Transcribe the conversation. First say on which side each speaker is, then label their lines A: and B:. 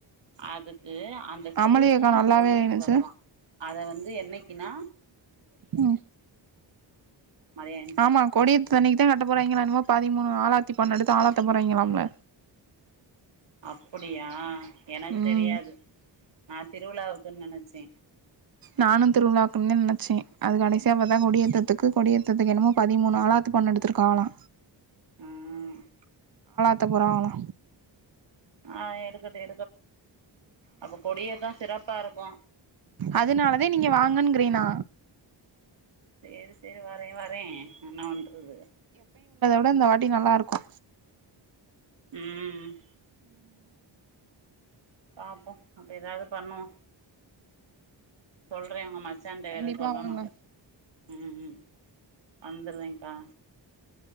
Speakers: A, on the right; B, on the right.
A: அதுக்கு அந்த சேலய
B: அமளியக்கா
A: நா
B: நல்லாவே
A: கொண்டுகிட்டு
B: இருந்துச்சு
A: வரவா அத வந் து என்னைக்கினா
B: ம்
A: மரியாயன் சேன
B: ஆமா கோடித் துணிக்குதா கட்ட போறங்கெளா என்னமோ பதிமூணு ஆளத் த்தி பண்ணெடுத்து ஆழாத்த போறாங்கெளாம்ல
A: அப்புடியா எனக்கு
B: ம்
A: தெரியாது நா திருவிழாவுக்குன் நெனச்சே
B: நானு திருவிழாக்குன்தே நெனச்சே அது கடைசியா பாத்தா கொடியேத்தத்துக்கு கொடியேத்தத்துக்கு என்னமோ பதிமூணு ஆழாத் பண்ணெடுத்துருக்காகலா
A: ம்
B: த்த போறாகளா
A: ஆ எடுக்கட்டு அப்ப கொடியேத்த சிறப்பா இருக்கு
B: அதுனாலதே நீங்க வாங்கங்கிறே நா
A: சேரி சேரி வரே வரே என்ன பண்றது
B: மேம் இந்த வாட்டி நல்லாருக்கு
A: ம் பாப்போ அப்ப ஏதாவது பண்ணுவோ சொல்றே உங்க மச் சனண்ட
B: கண்டிப்பா
A: வேற சொல்லணு
B: வாங்க
A: அத ம் ம் வந்தற்றேங்க்கா